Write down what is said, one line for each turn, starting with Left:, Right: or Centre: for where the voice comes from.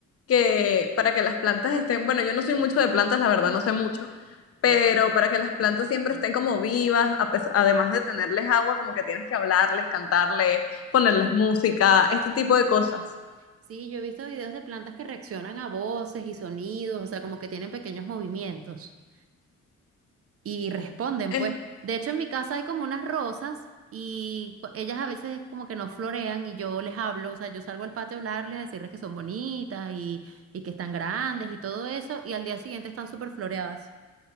Left: Que para que las plantas estén, bueno, yo no soy mucho de plantas, la verdad, no sé mucho, pero
Right: Ok.
Left: para que las plantas siempre estén como vivas, a pes- además de tenerles agua, como que tienes que hablarles, cantarles, ponerles música, este tipo de cosas.
Right: Sí, yo he visto videos de plantas que reaccionan a voces y sonidos, o sea, como que tienen pequeños movimientos y responden,
Left: En-
Right: pues. De hecho, en mi casa hay como unas rosas y cu- ellas a veces como que no florean y yo les hablo, o sea, yo salgo al patio a hablarles, a decirles que son bonitas y, y que están grandes y todo eso, y al día siguiente están súper floreadas.